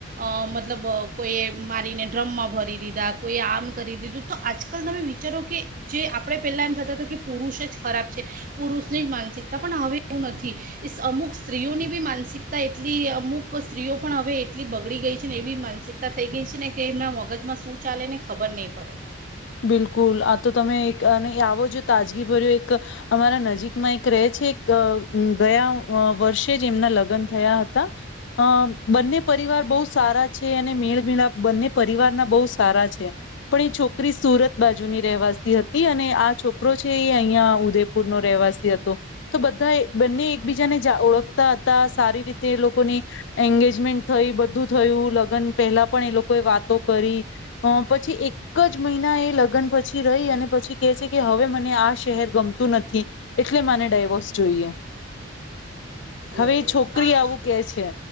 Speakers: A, on the right; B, on the left.
A: અ મતલબ કોઈએ મારીને ડ્રમમાં ભરી દીધા કોઈ આમ કરી દીધું તો આજકાલ તમે વી ચારો કે જે આપણે પહેલાં એમ થતા હતા કે પુરુષ જ ખરાબ છે. પુરુષની જ માનસિકતા પણ હવે એવું નથી. ઇ અમુક સ્ત્રીઓની બી માનસિકતા એટલી અમુક સ્ત્રીઓ પણ હવે એટલી બગડી ગઈ છે ને એવી માનસિક તા થઈ ગઈ છે ને કે એમના મગજમાં શું ચાલે ને ખબર નહીં પડે.
B: બિલકુલ આ તો તમે એક અને આવો જો તાજગી ભર્યો એક અમારા નજીકમાં એક રે છે ગ અ ગયા અ વર્ષે કે જેમના લગન થયા હતા. અમ બંને પરિવાર બહુ સારા છે અને મેળમીળા બંને પરિવારના બહુ સારા છે. પણ એ છોક કરી સુરત બાજુની રહેવાસી હતી અને આ છોકરો છે એ અહિયાં ઉદયપુર નો રહેવાસી હતો. તો બધા એ બંને એકબીજાને ઓળખતા હતા સારી રીતે લોકોની એંગેજમેન્ટ થઈ બધું થયું લગન પહેલા પણ એ લોકોએ વાતો કરી. અ પછી એક ક જ મહિના એ લગન પછી રહી અને પછી કે છે કે હવે મને આ શહેર ગમતું નથી. એટલે માને ડાયવોર્સ જોઈએ, હવે
A: ઓ
B: એ છોકરી
A: આ
B: આવું કે છે.